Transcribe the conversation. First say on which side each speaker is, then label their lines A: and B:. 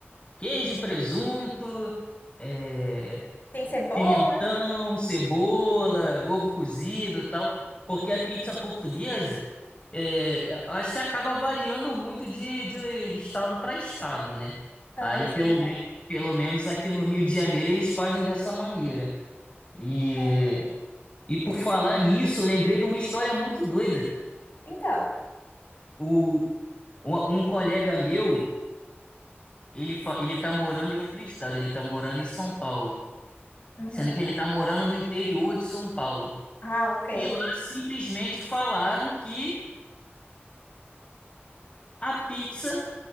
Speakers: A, on the left; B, on the left.
A: queijo, presunto... é,
B: tem cebola.
A: pimentão, cebola, ovo cozido e tal, porque a pizza portuguesa, é, é, acho que acaba variando muito de, de estado para estado, né?
B: Aham,
A: Aí,
B: isso
A: pelo,
B: é verdade.
A: men- pelo menos aqui no Rio de Janeiro, eles fazem dessa maneira. E,
B: É.
A: e por falar nisso, eu lembrei de uma história muito doida.
B: Então.
A: O, um um colega meu, ele, fa- ele tá morando em outro estado, ele tá morando em São Paulo,
B: Uhum.
A: sendo que ele tá morando no interior de São Paulo.
B: Ah, ok.
A: E lá simplesmente falaram que a pizza